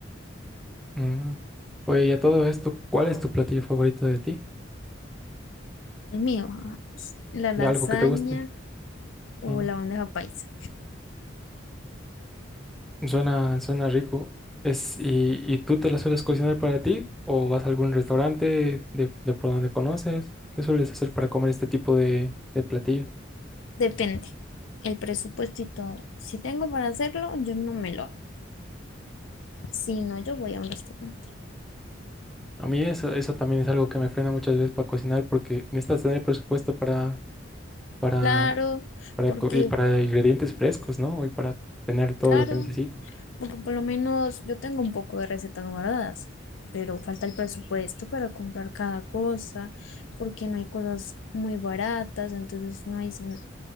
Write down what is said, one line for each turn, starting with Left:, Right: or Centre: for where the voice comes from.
Centre: Mm. Oye, y a todo esto, ¿cuál es tu platillo favorito de ti?
Left: El mío, ah, la lasaña
Centre: ¿De algo que te guste?
Left: o
Centre: Mm.
Left: la bandeja paisa.
Centre: Suena, suena rico. Es, y, ¿Y tú te la sueles cocinar para ti? ¿O vas a algún restaurante de, de por donde conoces? ¿Qué sueles hacer para comer este tipo de, de platillos?
Left: Depende. El presupuesto y todo. Si tengo para hacerlo, yo no me lo hago. Si no, yo voy a un restaurante.
Centre: A mí eso, eso también es algo que me frena muchas veces para cocinar porque necesitas tener presupuesto para, para,
Left: Claro,
Centre: para,
Left: porque,
Centre: co- y para ingredientes frescos, ¿no? Y para tener todo
Left: claro,
Centre: lo que necesitas.
Left: porque por lo menos yo tengo un poco de recetas guardadas, pero falta el presupuesto para comprar cada cosa, porque no hay cosas muy baratas, entonces uno dice, no,